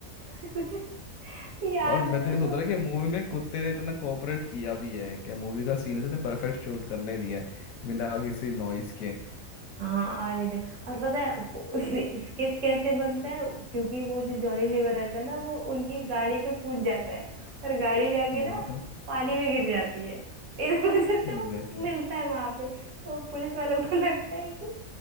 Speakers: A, on the right; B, on the left.
A: <laughs> याद
B: और मैं
A: है
B: तो
A: तुमको
B: ये सोच रहा कि मूवी में कुत्ते ने इतना कोऑपरेट किया भी है कि मूवी का सीन इसने परफेक्ट शूट करने दिया है बिना किसी नॉइस के
A: हाँ और नहीं तो- और पता है <laughs> स्केच कैसे बनता है क्योंकि वो जो जॉनी लीवर रहता है ना वो उनकी गाड़ी पे कूद जाता है और गाड़ी जाके
B: वही
A: ना
B: तो
A: पानी में गिर जाती है इस <laughs> वजह से
B: एग्जैक्टली
A: वो मिलता है वहां पे तो पुलिस वालों को <laughs> लगता है कि